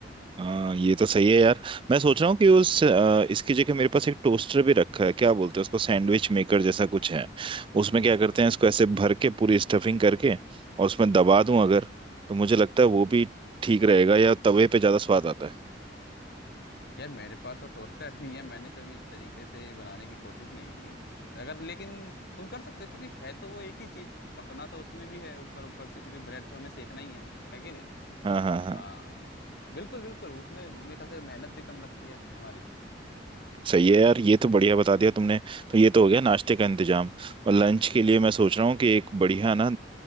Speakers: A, on the right (about 30°); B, on the left (about 60°).
A: हाँ, ये तो सही है यार मैं सोच रहा हूँ कि उस अ, इसकी जगह मेरे पास एक टोस्टर भी रखा है क्या बोलते हैं उसको सैंडविच मेकर जैसा कुछ है उसमें क्या करते हैं इसको ऐसे भर के पूरी स्टफिंग करके और उसमें दबा दूं अगर तो मुझे लगता है वो भी ठीक रहेगा या तवे पे ज्यादा स्वाद आता है
B: यार मेरे पास वो टोस्टर नहीं है मैंने कभी इस तरीके से बनाने की कोशिश नहीं की अगर लेकिन तुम कर सकते हो क्योंकि है तो वो एक ही चीज पकना तो उसमें भी है ऊपर ऊपर से क्योंकि ब्रेड तो हमें सेकना ही है है कि नहीं
A: हाँ हाँ हाँ
B: हाँ बिल्कुल बिल्कुल उसमें मेरे ख्याल से मेहनत भी कम लगती है हमारी
A: सही है यार ये तो बढ़िया बता दिया तुमने तो ये तो हो गया नाश्ते का इंतजाम और लंच के लिए मैं सोच रहा हूँ कि एक बढ़िया ना